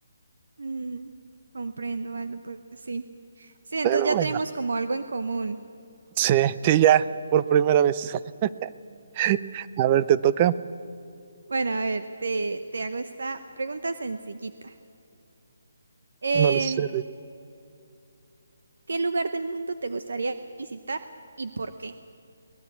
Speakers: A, on the right (about 70°); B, on the right (about 20°).
A: Mm, comprendo, Aldo, pues sí. Sí, entonces
B: Pero
A: ya
B: bueno,
A: tenemos como algo en común.
B: sí, sí, ya, por primera vez. <laughs> A ver, te toca.
A: Bueno, a ver, te, te hago esta pregunta sencillita. Em,
B: No lo sé.
A: ¿qué lugar del mundo te gustaría visitar y por qué?